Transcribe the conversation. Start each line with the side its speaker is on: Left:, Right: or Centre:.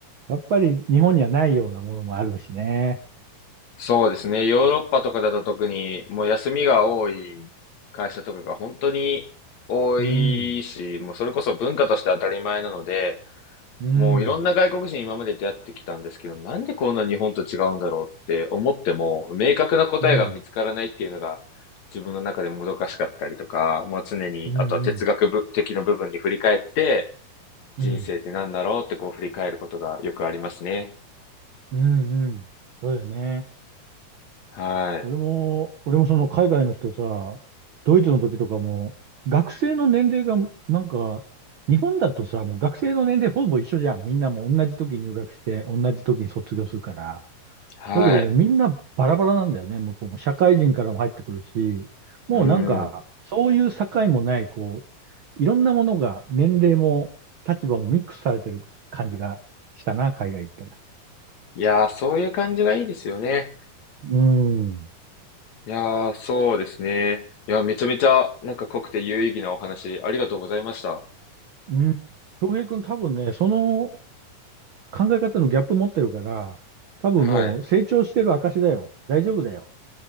Right: やっぱり日本にはないようなものもあるしね。
Left: そうですね。ヨーロッパとかだと特に、もう休みが多い会社とかが本当に多いし、
Right: うん、
Left: もうそれこそ文化として当たり前なので、
Right: うん、
Left: もういろんな外国人今まで出会ってきたんですけど、なんでこんな日本と違うんだろうって思っても、明確な答えが見つからないっていうのが、
Right: うん、
Left: 自分の中でもどかしかったりとか、まあ常に、
Right: うん、うん、
Left: あとは哲学部的な部分に振り返って、
Right: うん、
Left: 人生って何だろうってこう振り返ることがよくありますね。
Right: うん、うん。そうだよね。
Left: はい。
Right: 俺も、俺もその海外の人さ、ドイツの時とかも、学生の年齢が、なんか、日本だとさ、もう学生の年齢ほぼ一緒じゃん。みんなもう同じ時に入学して、同じ時に卒業するから。
Left: はい。
Right: だけどもうみんなバラバラなんだよね。向こうも社会人からも入ってくるし、もうなんか、
Left: うん。
Right: そういう境もない、こう、いろんなものが、年齢も立場もミックスされてる感じがしたな、海外行ったら。
Left: いやー、そういう感じがいいですよね。
Right: うん。
Left: いやー、そうですね。いや、めちゃめちゃなんか濃くて有意義なお話、ありがとうございました。
Right: うん。東平君多分ね、その考え方のギャップ持ってるから、多分もう成長してる証だよ。
Left: はい。
Right: 大丈夫だよ。